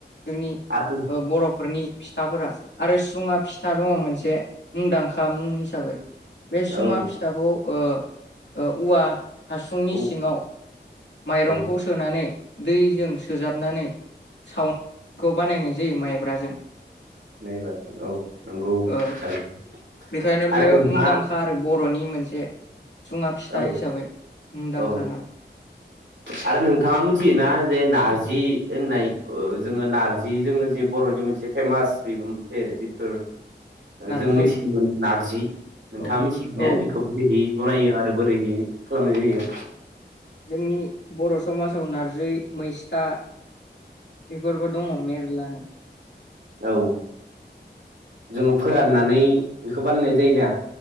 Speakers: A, on the left (about 75°); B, on the right (about 80°).
A: जोंनि
B: आर
A: ओ बरफोरनि फिथाफोरा आरो सुंङा फिथा था दंङ मोनसे मुंदांखा मुं हिसाबै बे सुंङा
B: औ
A: फिथाखौ ओ ओ उवा हासुंनि
B: औ
A: सिंङाव माइरंखौ
B: औ
A: सोनानै दैजों सोजाबनानै सावनायखौ बानायनाय जायो माइब्राजों
B: माइब्राजों औ नंगौ
A: ओ
B: थारैनो
A: बेखायनो बेयो
B: आरो नोंहा
A: मुंदांखा आरो बर'नि मोनसे सुङा फिथा
B: औ
A: हिसाबै मुंदांखा
B: औ
A: नाम
B: आरो नोंथाङा मिथियोना जे नारज जि होननाय ओ जोंङो नारजि जोंङो जे बर'नि मोनसे फेमास बेबो मोनसे जिफोर ओ
A: नारजि
B: जों मिथियोमोन नारजि नोंथाङा
A: औ
B: मिथियोगो ने
A: औ
B: बेखौबो बेबादि जायो आरो बोरै खालामनाय जायो?
A: जोंनि बर' समाजाव नारजि मैस्था बेफोरबो दङ मेरलानो
B: औ जोङो फोराननानै बेखौ बानायनाय जायोना?